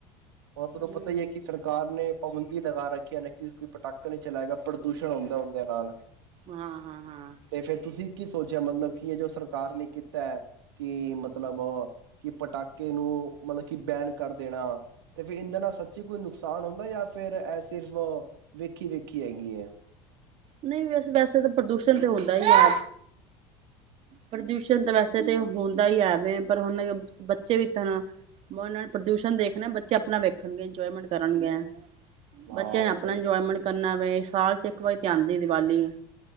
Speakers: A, on the right; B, on the right.
A: ਹੁਣ ਤੁਹਾਨੂੰ
B: ਹਮ
A: ਪਤਾ ਹੀ ਹੈ ਕਿ ਸਰਕਾਰ ਨੇ ਪਾਬੰਦੀ ਲਗਾ ਰੱਖੀਆਂ ਨੇ ਕਿ ਕੋਈ ਪਟਾਕਾ ਨਹੀਂ ਚਲਾਏਗਾ ਪ੍ਰਦੂਸ਼ਣ ਹੁੰਦਾ ਉਹਦੇ ਨਾਲ
B: ਹਾਂ, ਹਾਂ, ਹਾਂ
A: ਤੇ ਫੇਰ ਤੁਸੀਂ ਕੀ ਸੋਚਿਆ ਮਤਲਬ ਕੀ ਹੈ, ਜੋ ਸਰਕਾਰ ਨੇ ਕੀਤਾ ਕਿ ਮਤਲਬ ਕਿ ਪਟਾਕੇ ਨੂੰ ਮਤਲਬ ਕਿ ਬੈਨ ਕਰ ਦੇਣਾ ਤੇ ਫੇਰ ਇਹਦੇ ਨਾਲ ਸੱਚੀ ਕੋਈ ਨੁਕਸਾਨ ਹੁੰਦਾ ਜਾਂ ਫਿਰ ਇਹ ਸਿਰਫ ਵੇਖੀ, ਵੇਖੀ ਹੈਗੀ ਏ।
B: ਨਹੀਂ ਵੈਸੇ ਵੈਸੇ ਤਾਂ ਪ੍ਰਦੂਸ਼ਣ ਤਾਂ ਹੁੰਦਾ ਹੀ ਹੈ, ਪ੍ਰਦੂਸ਼ਣ ਤਾਂ ਵੈਸੇ ਤਾਂ ਹੁੰਦਾ ਹੀ ਹੈਵੇ ਪਰ ਹੁਣ ਬੱਚੇ ਵੀ ਤਾਂ ਉਹਨਾਂ ਨੂੰ ਪ੍ਰਦੂਸ਼ਣ ਦੇਖਣੇ ਬੱਚੇ ਆਪਣਾ ਵੇਖਣਗੇ ਇੰਜੋਏਮੈਂਟ ਕਰਨਗੇ।
A: ਹਾਂ
B: ਬੱਚਿਆਂ ਨੇ ਆਪਣਾ
A: ਸਹੀ
B: ਇੰਜੋਏਮੈਂਟ ਕਰਨਾ ਵਵ ਸਾਲ ਚ ਇਕ ਵਾਰੀ ਤੇ ਆਦੀ ਦੀਵਾਲੀ